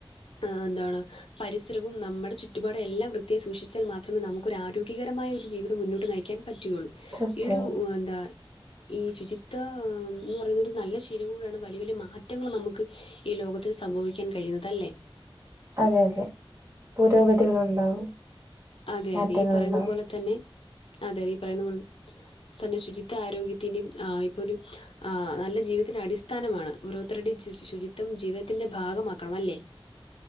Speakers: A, on the left; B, on the right.
A: ഏഹ് എന്താണ് പരിസരവും നമ്മടെ ചുറ്റുപാടും എല്ലാം വൃത്തിയായി സൂക്ഷിച്ചാൽ മാത്രമേ നമുക്ക് ഒരു ആരോഗ്യകരമായ ഒരു ജീവിതം മുന്നോട്ട് നയിക്ക് ക്കാൻ പറ്റുകയുള്ളൂ
B: തീർച്ചയായും
A: ഈ ഒരു എന്താ ഈ ശുചിത്വാ എന്ന് പറയുന്ന ഒരു നല്ല ശീലങ്ങളൂടെയാണ് വലിയ വലിയ മാറ്റങ്ങൾ നമക്ക് ഈ ലോകത്തിൽ സംഭവിക്കാൻ കഴിയുന്നതല്ലേ
B: അതെ അതെ പുരോഗതികളുണ്ടാവും
A: അതെ
B: മാറ്റങ്ങളുണ്ടാവും
A: അതെ ഈ പറയുന്ന പോലെ തന്നെ അതെ ഈ പറയുന്ന പോലെ തന്നെ ശുചിത്വ ആരോഗ്യത്തിൻ്റെയും ആഹ് ഇപ്പ ഒരു ആഹ് നല്ല ജീവിതത്തിന്റെ അടിസ്ഥാനമാണ് ഓരോരുത്തരുടെയും ചു ശുചിത്വം ജീവിതത്തിന്റെ ഭാഗമാക്കണം അല്ലേ